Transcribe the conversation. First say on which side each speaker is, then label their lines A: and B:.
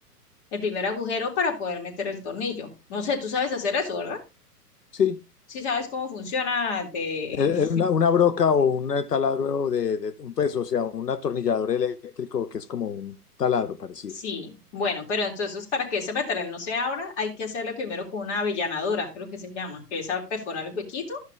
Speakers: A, on the left (about 45°); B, on the left (about 80°).
A: el primer agujero para poder meter el tornillo. No sé, tú sabes hacer eso, ¿verdad?
B: Sí,
A: Sí sabes cómo funciona de
B: eh, eh, una, una broca o un eh, taladro de, de un peso, o sea, un atornillador eléctrico que es como un taladro parecido,
A: Sí, bueno, pero entonces para que ese material no se abra, hay que hacerle primero con una avellanadora, creo que se llama, que es a perforar el huequito